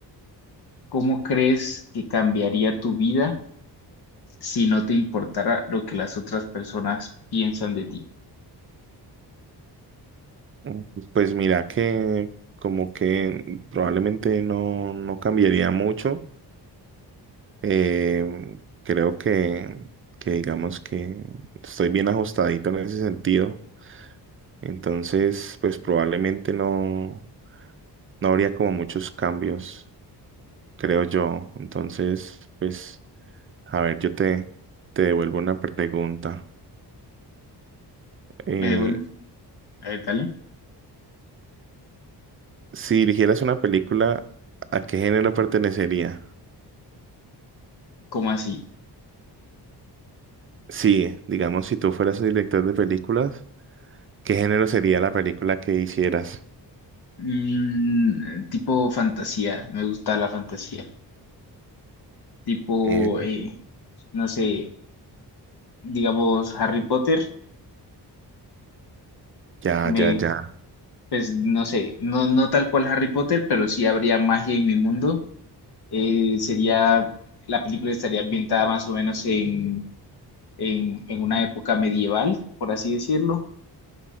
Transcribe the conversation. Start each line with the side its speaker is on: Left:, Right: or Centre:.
Left: ¿cómo crees que cambiaría tu vida si no te importara lo que las otras personas piensan de ti?
Right: Mm, Pues mira que como que probablemente no, no cambiaría mucho. Eh, creo que, que digamos que estoy bien ajustadito en ese sentido. Entonces, pues probablemente no, no habría como muchos cambios, creo yo. Entonces, pues, a ver, yo te, te devuelvo una pregunta. Eh,
Left: Me devuelvo, a ver, dale,
Right: Si dirigieras una película, ¿a qué género pertenecería?
Left: ¿cómo así?
Right: Sí, digamos, si tú fueras un director de películas, ¿qué género sería la película que hicieras?
Left: Mm, tipo fantasía, me gusta la fantasía. Tipo,
Right: Eh,
Left: eh, no sé, digamos Harry Potter,
Right: ya,
Left: me,
Right: ya, ya.
Left: pues no sé, no, no tal cual Harry Potter, pero sí habría magia en mi mundo. Eh, sería, la película estaría ambientada más o menos en, en, en una época medieval, por así decirlo.